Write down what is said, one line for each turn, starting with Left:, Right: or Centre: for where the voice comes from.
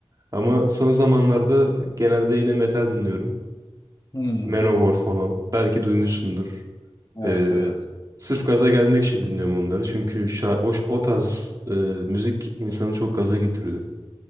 Right: Ama son zamanlarda genelde yine metal dinliyorum.
Left: Hmm,
Right: Manowar falan. Belki duymuşsundur.
Left: evet
Right: Ee,
Left: evet.
Right: sırf gaza gelmek için dinliyorum onları. Çünkü şa- o, o tarz e, müzik insanı çok gaza getiriyor.